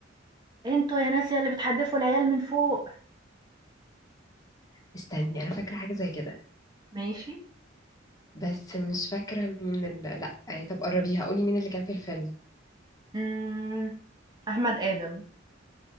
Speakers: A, on the right; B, on the left.
A: انتوا يا ناس يا اللي بتحدفوا العيال من فوق
B: استني انا فاكرة حاجة زي كده
A: ماشي
B: بس مش فاكرة مين ال... لا آه، طب قربيها قولي مين اللي كان في الفيلم
A: امم احمد ادم